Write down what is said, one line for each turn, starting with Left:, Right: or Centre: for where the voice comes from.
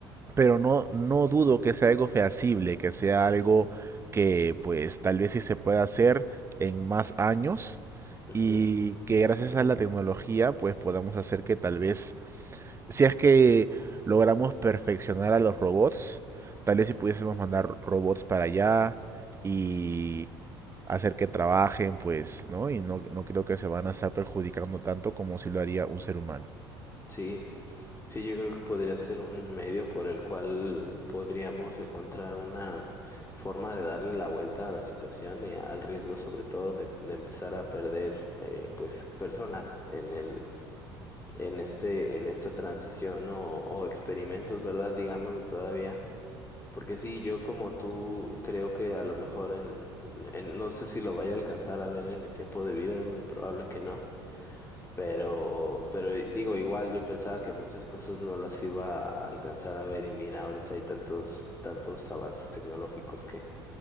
Right: pero no, no dudo que sea algo feasible, que sea algo que pues tal vez sí se pueda hacer en más años
Left: Ujú,
Right: y que gracias a la tecnología pues podamos hacer que tal vez, si es que logramos perfeccionar a los robots, tal vez si pudiésemos mandar robots para allá y hacer que trabajen pues, ¿no? Y no, no creo que se van a estar perjudicando tanto como si lo haría un ser humano.
Left: Sí, sí, yo creo que podría ser un medio por el cual podríamos encontrar una forma de darle la vuelta a la situación y al riesgo, sobre todo, de, de empezar a perder, eh, pues, personas en el, en este, en esta transición o, o experimentos, ¿verdad? Digámoslo todavía. Porque sí, yo como tú creo que a lo mejor en, en- no sé si lo vaya a alcanzar a ver en mi tiempo de vida, es muy probable que no, pero pero i- digo, igual yo pensaba que muchas cosas no las iba a alcanzar a ver y mira, ahorita hay tantos tantos avances tecnológicos que